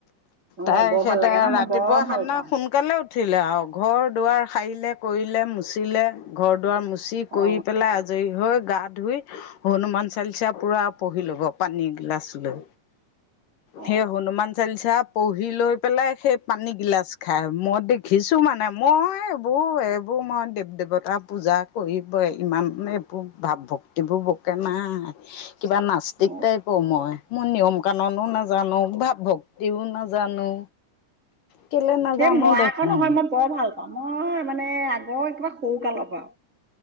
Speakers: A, on the right (about 20°); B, on the left (about 75°).
A: অ
B: তাই
A: বৰ
B: সেই
A: ভাল লাগে ন
B: ৰাতিপুৱা
A: মই বৰ ভাল
B: সেদিনা
A: পাওঁ
B: সোন সোনকালে উঠিলে আৰু ঘৰ দুৱাৰ সাৰিলে, কৰিলে, মুচিলে, ঘৰ দুৱাৰ চি কৰি
A: অ
B: পেলাই আ ৰি হৈ, গা ধুই, হনুমান চালচা পুৰা পঢ়ি ল'ব পানী গিলাচ লৈ।
A: অ
B: হেই হনুমান চালিচা পঢ়ি লৈ পেলাই সেই পানী গিলাচ খায়, মই দেখিছোঁ মানে, মই এইবো এই <unintelligible> দেৱ দেৱতাৰ পূজা কৰিবই ইমানে ভাৱ ভক্তিবোৰ বকে নাই কিবা নাস্তিক
A: অ
B: টাইপৰ মই। মই নিয়ম কানুনো নাজানো, ভাৱ ভক্তিও নাজানো। কেলে নাজানো
A: সেই মই
B: দেখোন।
A: আকৌ নহয় মই বৰ ভাল পাওঁ মই মানে আগৰ কিবা সৰু কালৰ পৰা।